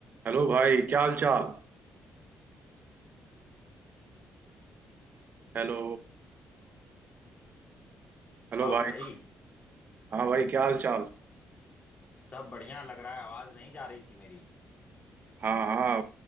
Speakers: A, on the right (about 50°); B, on the left (about 40°).
A: हेलो भाई क्या हाल चाल हेलो हेलो
B: बताओ
A: भाई
B: भाई
A: हाँ भाई क्या हाल चाल
B: सब बढ़िया लग रहा है आवाज नहीं जा रही थी मेरी
A: हाँ हाँ